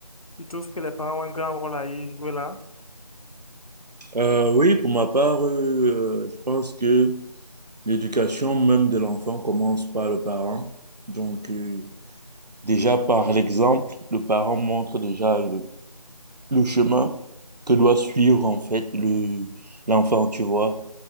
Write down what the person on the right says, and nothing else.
Euh, oui, pour ma part, euh, euh, je pense que l'éducation même de l'enfant commence par le parent. Donc, euh, déjà par l'exemple, le parent montre déjà le, le chemin que doit suivre en fait le, l'enfant, tu vois.